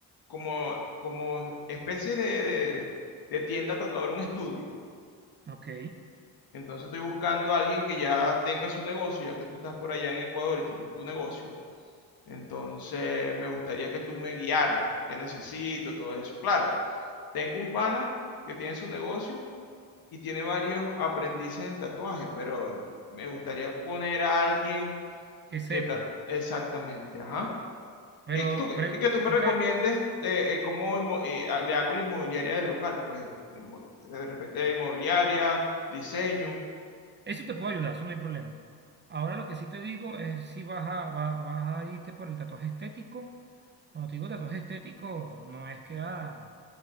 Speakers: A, on the left; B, on the right.
A: como, como especie de, de, de tienda tatuador, un estudio.
B: Ok.
A: Entonces estoy buscando a alguien que ya tenga su negocio, ya que tú estás por allá en Ecuador y tienes tu negocio. Entonces me gustaría que tú me guiaras, qué necesito, todo eso. Claro, tengo un pana que tiene su negocio y tiene varios aprendices en tatuaje, pero me gustaría poner a alguien
B: Que sepa.
A: que ta- exactamente, ajá.
B: Pero,
A: Y que tú,
B: pre-
A: y que tú me
B: tú
A: recomiendes
B: ta-
A: de, eh, cómo inmo- eh, a- le hago la inmobiliaria del local, pues. De repente inmobiliaria, diseño.
B: eso te puedo ayudar, eso no hay problema. Ahora lo que sí te digo es si vas a, va- vas a irte por el tatuaje estético. Cuando te digo tatuaje estético, no es que ah,